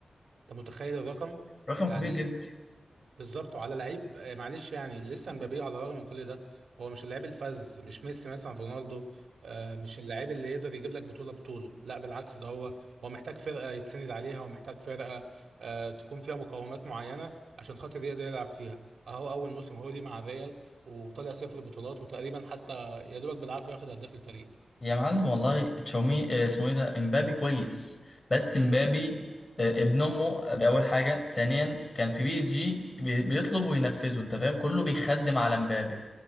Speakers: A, on the right; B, on the left.
A: انت متخيل الرقم
B: رقم
A: يعني
B: كبير جدا
A: بالظبط وعلى لعيب آه، معلش يعني لسه مبابي على الرغم من كل ده هو مش اللعيب الفذ مش ميسي مثلا رونالدو آه، مش اللعيب اللي يقدر يجيب لك بطولة بطوله لا بالعكس ده هو هو محتاج فرقة يتسند عليها ومحتاج فرقة آه، تكون فيها مقومات معينة عشان خاطر يقدر يلعب فيها اهو اول موسم هو ليه مع الريال وطلع صفر بطولات وتقريبا حتى يا دوبك بالعافية واخد هداف الفريق
B: يا معلم والله تشاومي آه، اسمه ايه ده امبابي كويس بس
A: امم
B: امبابي آه، ابن امه ده اول حاجه ثانيا كان في بي اس جي بي- بيطلب وينفذه انت فاهم كله بيخدم على امبابي